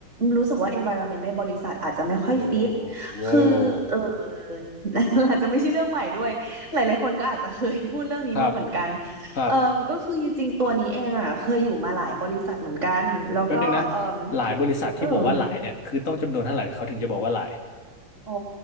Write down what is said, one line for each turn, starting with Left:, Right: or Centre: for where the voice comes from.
Right: รู้สึกว่า environment ในบริษัทอาจจะไม่ค่อยฟิต
Left: โอ้โว้ว
Right: คือเออ <laughs> อาจจะไม่ใช่เรื่องใหม่ด้วยหลายๆคนก็อาจจะเคยพูดเรื่องนี้มาเหมือนกัน
Left: <laughs> ครับครับ
Right: เอ่อก็คือจริงๆตัวนี้เองอ่ะเคยอยู่มาหลายบริษัทเหมือนกันแล้วก็เอ่อ
Left: แป๊บนึงนะหลายบริษัทที่บอกว่าหลายเนี่ยคือต้องจำนวนเท่าไหร่เขาถึงจะบอกว่าหลาย
Right: เออ อ๋อ